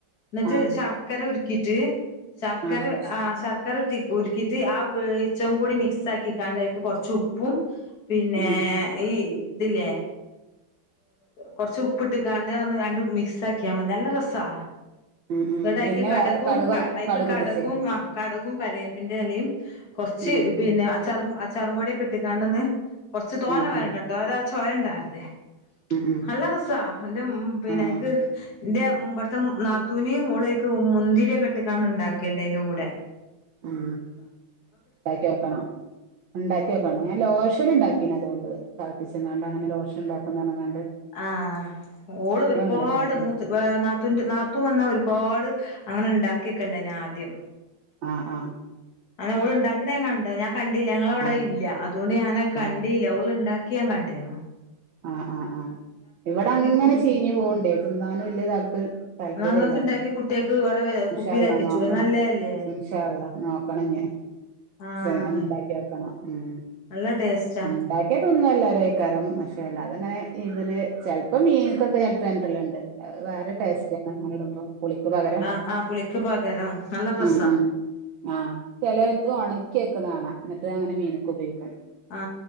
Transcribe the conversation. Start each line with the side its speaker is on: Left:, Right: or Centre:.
Left: എന്നിട്ട്
Right: ആഹ്
Left: ശർക്കര ഉരുക്കിട്ട് ശർക്കര
Right: ആഹ്
Left: ആ ശർക്കര ഉരുട്ടി ഉരുക്കിട്ട് ആ വേവിച്ച കൂടി മിക്സ് ആക്കിക്കാണ്ട് കൊറച്ച് ഉപ്പും പിന്നെ
Right: ഉം
Left: ഈ ഇതില്ലേ കൊറച്ച് ഉപ്പിട്ട് കാണ്ട് ആന്ന് രണ്ടും മിക്സ് ആക്കിയാ മതി നല്ല രസാ
Right: ഉം ഉം
Left: എടായ്ക്ക്
Right: പിന്നെ
Left: കടകും
Right: കടുക്
Left: ഐക്ക്
Right: കടുക്
Left: കടകും
Right: പൊട്ടിച്ചേ
Left: ആ കടകും കറിവേ - പിന്നെലയും കൊറച്ച്
Right: ഉം
Left: പിന്നെ അച്ചറും അച്ചാറ് പൊടിയൊക്കെ ഇട്ടിക്കാണ്ടൊന്ന് കൊറച്ച് തോനെ
Right: ഉം
Left: വേണ്ടട്ടോ
Right: ഉം
Left: ഒരു അ ചൊയ ഇണ്ടാണ്ടെ
Right: ഉം ഉം
Left: നല്ലാ രസാ അയിന്റെ മ് പിന്നെ
Right: ആഹ്
Left: ഇത് ന്റെ ഉമ്പെടുത്ത നാത്തൂന് ഓളേയ്ക്കും മുന്തിരിയൊക്കെട്ട്ക്കാണ്ട് ഇണ്ടാക്കലിണ്ടേനൂടെ
Right: ഉം ഉണ്ടാക്കിയോക്കണം ഒണ്ടാക്കിയോക്കണം ഞാൻ ലോഷനിണ്ടാക്കിനതോണ്ട് തെള പ്പിച്ചാണ്ടിങ്ങനെ ലോഷ് ഇണ്ടാക്കുന്നനങ്ങ
Left: ആ ഓള് ഒരുപാട്
Right: ഉണ്ടാക്കി നോക്കീന്
Left: മൂത്ത് വേ നാത്തൂന്റെ നാത്തൂ വന്നാ ഒരുപാട് അങ്ങനെ ഇണ്ടാക്കിവെക്കലു ണ്ടേനു ആദ്യം
Right: ആ ആ
Left: അങ്ങനെ ഓള് ഉണ്ടാക്കണെ ഞാൻകണ്ട് ഞാൻ കണ്ടില്ല ഞങ്ങളവിടെ
Right: ആഹ്
Left: ഇല്ല അതുകൊണ്ട് ഞാന് കണ്ടീല്ല
Right: ആഹ്
Left: ഓള് ഇണ്ടാ ക്ക്യാൻ കണ്ടീനു
Right: ആ ആ ആ ഇവിടെ അങ്ങനെ
Left: കൂട്ടി
Right: ചീഞ്ഞു പോണ്ടേന്നു തിന്നാനും വല്യ താല്പരൃ താല്പര്യംഇല്ല
Left: ന്നാ ഇങ്ങക്ക് ഇണ്ടാക്കി കുട്ട്യേക്ക് ഇവിടെ
Right: ഇൻഷാ
Left: കുപ്പിയിലാക്കി
Right: അള്ളാ
Left: വെച്ചൂടെ
Right: നോക്കണം
Left: നല്ലേല്ലേ
Right: ഇൻഷാ അള്ളാ നോക്കണം ഞാൻ
Left: ആഹ്
Right: ചെ ഒന്നുണ്ടാക്കിയോക്കണം ഉം
Left: നല്ല ടേസ്റ്റാ
Right: ഇണ്ടാക്കി ഇതുയൊന്നും അല്ല ഒരേക്കാരം പക്ഷെ അല്ലാതെങ്ങനെ ഇതില് ചെലപ്പോ മീനൊക്കെ ഇട്ട് ഞാൻ ഇടലിണ്ട് അത് വേറെ ടേസ്റ്റാ അ അങ്ങനെ ഇടുമ്പം പുളിക്ക് പകരം
Left: ആഹ് ആഹ് പുളിക്ക് പകരം നല്ല രസാ
Right: മ് മ് ആ ചെലേത്തു ആണെ ഒണക്കി വെക്കുന്ന കാണാ എന്നിട്ട്അങ്ങ മീനുക്ക് ഉപയോഗിക്കും
Left: ആ